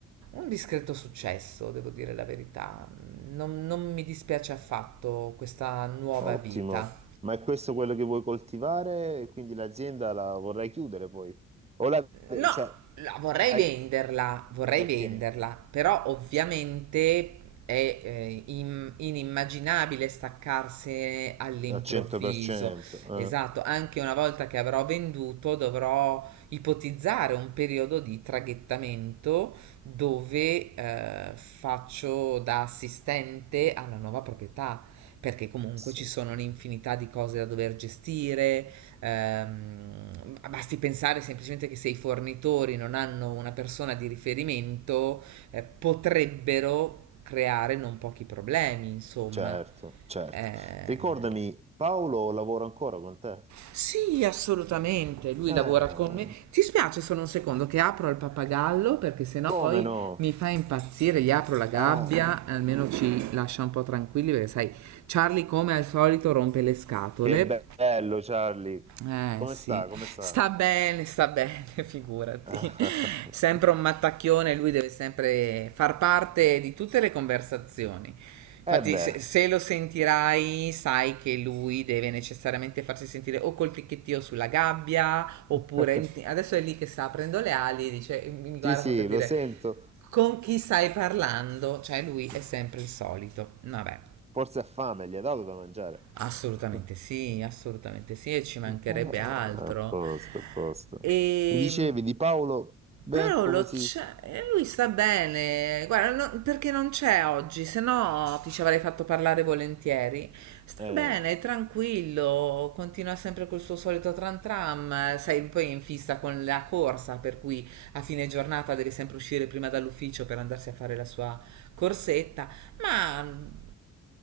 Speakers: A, on the right; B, on the right.
A: un discreto successo, devo dire la verità. Non, non mi dispiace affatto questa nuova
B: ottimo.
A: vita.
B: Ma è questo quello che vuoi coltivare? E Quindi l'azienda la vorrai chiudere poi? O la...
A: No,
B: cioè,
A: la vorrei
B: hai...
A: venderla, vorrei
B: Ok,
A: venderla, però ovviamente è eh, im- inimmaginabile staccarsene all'improvviso.
B: al 100%. eh,
A: Esatto, anche una volta che avrò venduto dovrò ipotizzare un periodo di traghettamento dove eh, faccio da assistente alla nuova proprietà, perché comunque
B: sì.
A: ci sono un'infinità di cose da dover gestire, Ehm, basti pensare semplicemente che se i fornitori non hanno una persona di riferimento, eh, potrebbero creare non pochi problemi, insomma.
B: Certo, certo.
A: Eh,
B: Ricordami, Paolo lavora ancora con te?
A: sì, assolutamente. Lui
B: Ah,
A: lavora con me. Ti spiace solo un secondo che apro il pappagallo perché sennò
B: come
A: poi
B: no?
A: mi fa impazzire. Gli apro la gabbia,
B: Ah,
A: almeno ci lascia un po' tranquilli perché sai, Charlie come al solito rompe le scatole.
B: che bello, Charlie.
A: Eh
B: Come
A: sì,
B: sta? Come sta?
A: sta bene, sta bene, <laughs> figurati.
B: Ah, <laughs>
A: Sempre un mattacchione, lui deve sempre far parte di tutte le conversazioni. Infatti,
B: Eh beh,
A: se, se lo sentirai, sai che lui deve necessariamente farsi sentire o col ticchettio sulla gabbia, oppure
B: <laughs>
A: adesso è lì che sta aprendo le ali e dice, mi
B: sì,
A: guarda
B: sì,
A: come per dire,
B: lo sento.
A: con chi stai parlando? Cioè, lui
B: <laughs>
A: è sempre il solito. Vabbè.
B: Forse ha fame, gli ha dato da mangiare.
A: Assolutamente
B: <laughs>
A: sì, assolutamente sì, e ci mancherebbe
B: Ah,
A: altro.
B: a posto, a posto.
A: E
B: Mi dicevi di Paolo? Beh,
A: Paolo,
B: come si...
A: c'è- eh, lui sta bene, guarda, no- perché non c'è oggi, se no ti ci avrei fatto parlare volentieri. Sta
B: Eh.
A: bene, è tranquillo, continua sempre col suo solito tran tram, sei poi è in fissa con la corsa, per cui a fine giornata deve sempre uscire prima dall'ufficio per andarsi a fare la sua corsetta, ma